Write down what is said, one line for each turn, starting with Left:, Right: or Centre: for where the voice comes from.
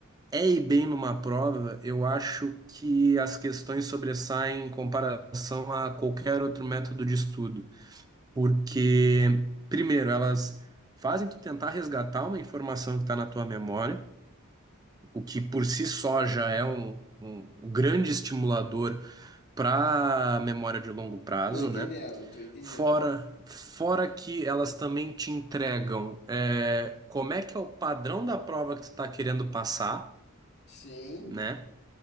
Right: é e bem numa prova, eu acho que as questões sobressaem em comparação a qualquer outro método de estudo, porque, primeiro, elas fazem tu tentar resgatar uma informação que está na tua memória, o que por si só já é um, um um grande estimulador para a memória de longo prazo,
Left: Tô entendendo,
Right: né?
Left: tô entendendo.
Right: Fora, fora que elas também te entregam, é, como é que é o padrão da prova que tu está querendo passar
Left: Sim,
Right: né?